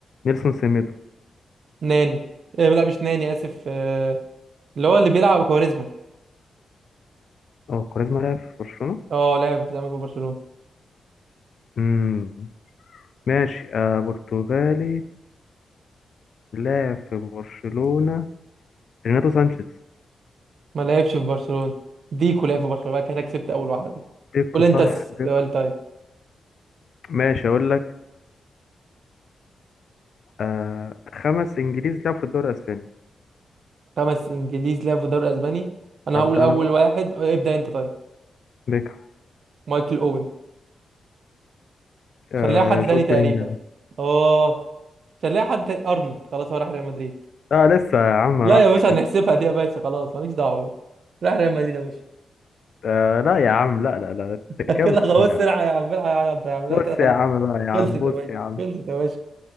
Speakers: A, on the left (about 65°); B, on the right (about 70°).
A: نيلسون سيميدو
B: ناني إيه لا مش ناني اسف آه، اللي هو اللي بيلعب كواريزما
A: اه كاريزما لعب في برشلونة
B: اه لعب زمان في برشلونه
A: امم ماشي آه برتغالي لعب في برشلونة ريناتو سانشيز
B: ما لعبش في برشلونة ديكو لعب في برشلونة بقى كان أنا كسبت اول واحدة دي
A: ديكو
B: قول انت
A: صح
B: السؤال
A: ديكو
B: طيب
A: ماشي اقول لك آه خمس انجليز لعبوا في الدوري الاسباني
B: خمس انجليز لعبوا في الدوري الاسباني انا
A: هبدأ
B: هقول اول
A: انا بقى
B: واحد اه، ابدأ انت طيب
A: ديكو
B: مايكل اوين
A: آه
B: مش هنلاقي حد
A: جود
B: تاني تقريبا
A: بلينجهام
B: اه مش هنلاقي حد تاني ارنولد خلاص هو راح ريال مدريد
A: لا لسه يا عم ما
B: لا
A: راحش
B: يا باشا
A: كده
B: هنحسبها دي يا باشا خلاص ماليش دعوة راح ريال مدريد يا باشا
A: آه لا يا عم لا لا لا انت
B: <laughs>
A: كده
B: كده
A: بتخم
B: خلاص
A: يا
B: سرعة
A: عم
B: يا عم العب يا عم اعملها
A: بص
B: كده خلاص
A: يا عم بقى يا عم
B: خلصت يا
A: بص
B: باشا
A: يا عم
B: خلصت يا باشا